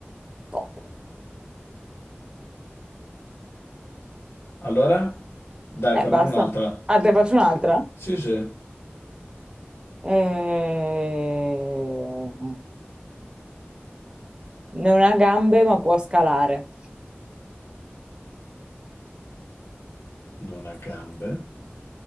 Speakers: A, on the right (about 20°); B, on the left (about 75°).
A: pop.
B: Allora? Dai,
A: Eh,
B: fammene
A: basta.
B: un'altra.
A: Ah, te faccio un'altra?
B: Sì, sì.
A: Eh, Non ha gambe, ma può scalare.
B: Non ha gambe?